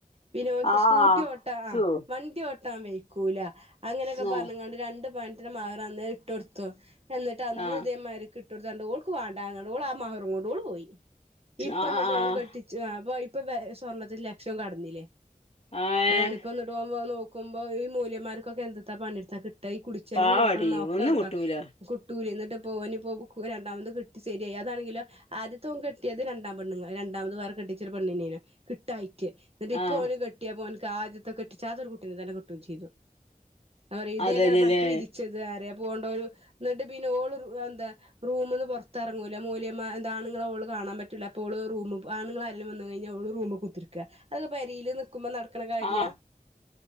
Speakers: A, on the right; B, on the left.
A: പിന്നെഓന്ക്ക്
B: ആഹ്
A: സ്കൂട്ടി ഓട്ട ആ
B: ചോ
A: വണ്ടി ഓട്ട വണ്ടി ഓട്ട്ടാൻ വെയിക്കൂല അങ്ങനെയൊക്കെ പറഞ്ഞാണ്ട്
B: ആഹ്
A: രണ്ട് പാവനത്തിന്റെ മഹർ അന്നേ ഇട്ട്ടുത്തു എന്നിട്ട് അന്ന്
B: ആഹ്
A: ഇതേമാതിരി ഇട്ടോട് ടുത്താണ്ട് ഒൾക്ക്ആ മഹർ വാണ്ട പറഞ്ഞു ആ മഹറുംങ്ങോണ്ട് ഓള് പോയി ഇപ്പന്ന്
B: ആഹ്
A: ടോം കെട്ടിച്ചു അപ്പ ഇപ്പൊ സ്വർണ്ണത്തിൽ ലക്ഷം കടന്നില്ലേ
B: ആഹ്
A: അതാണ്
B: ഏഹ്
A: ഇപ്പൊ ന്നട്ട് ഓം നോക്കുമ്പോ നോക്കുമ്പോ ഈ മോലിയമാർക്കൊക്കെ എന്ത് താ പണിയെടുത്താ കിട്ട ഈ കുടിചെലവും
B: പാവാടി
A: നോക്കണം മോക്ക
B: ഒന്നും
A: എടുക്കണം
B: കിട്ടൂല
A: കുട്ടൂലെ ഇന്നട്ട്പ്പം ഓനിപ്പം രണ്ടാമത് കിട്ടി ശരിയായി അതാണെങ്കിലോ ആദ്യത്തോൻ കെട്ടിയത് രണ്ടാം രണ്ടാമത് കെട്ടിച്ച പെണ്ണ്നെയ്ന്നു കിട്ടായിറ്റ് ന്നിട്ട് ഇപ്പോന്
B: ആഹ്
A: കെട്ട്യപ്പോ ൻക്ക് ആദ്യത്തെ കെട്ടിച്ചാത്തൊരു കുട്ടീനെ തന്നെ കിട്ടും ചെയ്തു ഞൻ പറ്യ ഇതേക്കാരപ്പൻക്ക്
B: അതന്നെല്ലേ
A: വിധിച്ചത് അറ്യ പ്പോണ്ടൊരു ന്നട്ട് പിന്നെ ഓള് എന്താ റൂമ്ന്ന്പൊർത്തെർങ്ങൂല മോല്യമാ ആണുങ്ങളെ ഓള് കാണാൻ പറ്റൂല അപ്പോള് റൂമ് ആ ല് വന്ന് കൈഞ്ഞ ഓള് റൂമ് കുത്തർക്ക അതൊക്കെ പെരീല് നിക്കുമ്പോ നടക്ക്‌ണ കാര്യ
B: ആഹ്